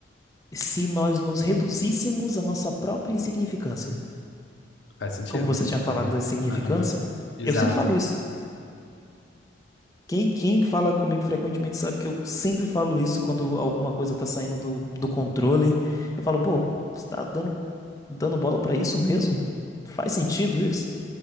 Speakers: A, on the left; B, on the left.
A: se nós nos reduzíssemos à nossa própria insignificância.
B: Faz sentido.
A: Como você tinha falado
B: Aham,
A: da insignificância,
B: aham. Exato.
A: eu sempre falo isso. Quem, quem fala comigo frequentemente sabe que eu sempre falo isso quando alguma coisa tá saindo do, do controle. Eu falo, pô, você tá dando, dando bola pra isso mesmo? Faz sentido isso?